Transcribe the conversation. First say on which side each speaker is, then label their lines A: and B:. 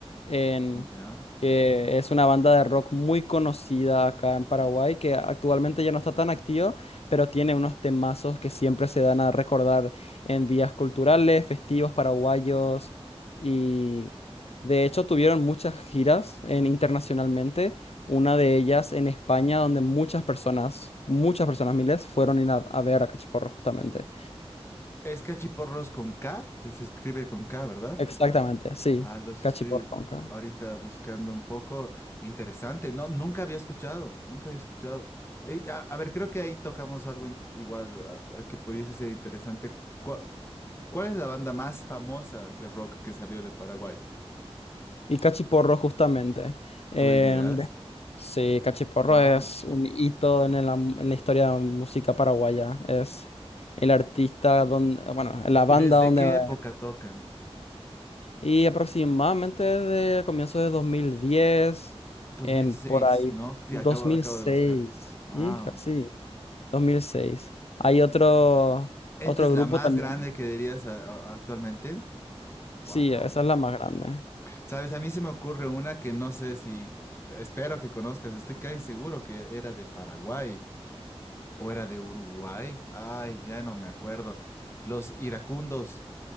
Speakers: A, on the left; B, on the left.
A: en-
B: Ya.
A: que es una banda de rock muy conocida acá en Paraguay, que actualmente ya no está tan activa, pero tiene unos temazos que siempre se dan a recordar en días culturales, festivos paraguayos, y de hecho tuvieron muchas giras en, internacionalmente. Una de ellas en España, donde muchas personas, muchas personas, miles, fueron a, a ver a Cachiporro justamente.
B: Es cachiporros con K, se escribe con K, ¿verdad?
A: Exactamente, sí,
B: Ah, los
A: Cachiporro.
B: estoy
A: Conca.
B: ahorita buscando un poco. Interesante, no, nunca había escuchado, nunca había escuchado. Y, a, a ver, creo que ahí tocamos algo in- igual ah, que pudiese ser interesante. ¿Cuál, cuál es la banda más famosa de rock que salió de Paraguay?
A: Y Cachiporro, justamente. Eh,
B: ¿Tú dirías?
A: de- sí, Cachiporro
B: Wow.
A: es un hito en la, en la historia de la música paraguaya. Es el artista donde, bueno, la
B: ¿Y
A: banda
B: desde
A: donde
B: qué
A: va.
B: época tocan?
A: Y aproximadamente desde comienzos de dos mil diez
B: Dos
A: en
B: mil seis,
A: por ahí
B: ¿no? Sí,
A: dos
B: acabo,
A: mil
B: acabo
A: seis
B: de buscar. Wow.
A: hija, sí, dos mil seis Hay otro,
B: ¿Esta
A: otro
B: es
A: grupo
B: la más
A: también.
B: grande que dirías a- a- actualmente? Wow.
A: Sí, esa es la más grande.
B: Sabes, a mí se me ocurre una que no sé si, espero que conozcas, estoy casi seguro que era de Paraguay o era de Uruguay. Ay, ya no me acuerdo. Los iracundos,